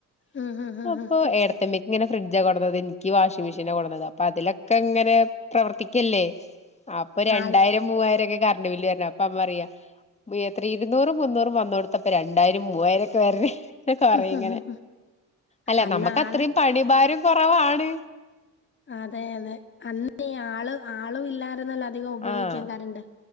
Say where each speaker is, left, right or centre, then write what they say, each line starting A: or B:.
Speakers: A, on the left; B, on the left.
A: ഉം ഹ് ഹ്
B: അപ്പോ
A: ഹ്
B: ഏടത്തി അമ്മയ്ക്ക് ഇങ്ങനെ- ഫ്രിഡ്ജ കൊടന്നത് എനിക്ക് വാഷിംഗ് മെഷീൻ കൊടന്നത് അപ്പൊ അതിലൊക്കെ ഇങ്ങനെ പ്രവർത്തിക്കല്ലേ അപ്പൊ രണ്ടായിരം
A: ആള്
B: മൂവായിരംരോ ക്കെ- കറണ്ട് ബില്ല് വരുന്ന അപ്പം അമ്മ പറയാ- എത്ര ഇരുന്നൂറും മുന്നൂറും വന്ന കൊടുത്തപ്പ രണ്ടായിരം മൂവായിരം ഒക്കെ വരണേ കൊറെ
A: ഹ് ഹ്
B: ഇങ്ങനെ
A: ഹ് ഹ്
B: അല്ല
A: അന്ന്
B: നമുക്ക്
A: ആള്
B: അത്രയും പണി ഭാരം കുറവാണ്
A: അതെ അതെ അന്ന ആള് ആ- ആളുമില്ലായിരുന്നല്ലോ അധികം ഉപയോഗിക്കാൻ
B: ആഹ്
A: കരണ്ട്